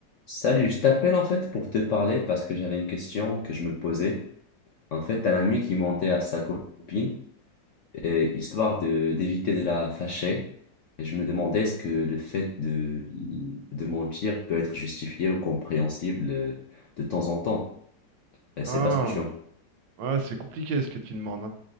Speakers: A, on the left; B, on the right.
A: Salut, je t'appelle en fait pour te parler parce que j'avais une question que je me posais. En fait, un ami qui mentait à sa copine, et histoire de d'éviter de la fâcher. Et je me demandais est-ce que le fait de, de mentir peut être justifié ou compréhensible euh, de temps en temps. Euh,
B: Ah,
A: C'est pas ce que je suis en...
B: ouais, c'est compliqué ce que tu demandes. hein.